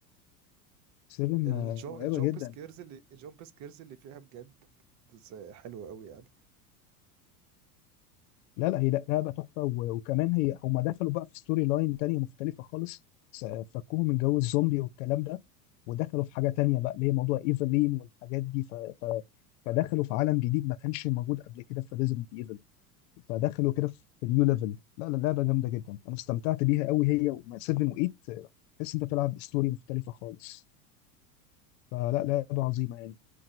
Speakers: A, on the left; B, on the right.
A: 7
B: الجو
A: مرعبه
B: الجامب
A: جدا
B: سكيرز اللي الجامب سكيرز اللي فيها بجد ز- حلوه قوي يعني
A: لا لا هي لا لعبه تحفه و- وكمان هي هم دخلوا بقى في ستوري لاين تانية مختلفه خالص س- فكوهم من جو الزومبي والكلام ده ودخلوا في حاجه تانية بقى اللي هي موضوع ايفلين والحاجات دي ف... ف... فدخلوا في عالم جديد ما كانش موجود قبل كده في ريزنت ايفل فدخلوا كده في نيو ليفل لا لا لعبه جامده جدا انا استمتعت بيها قوي هي و 7 و8 تحس انت بتلعب ستوري مختلفه خالص فلا لعبه عظيمه يعني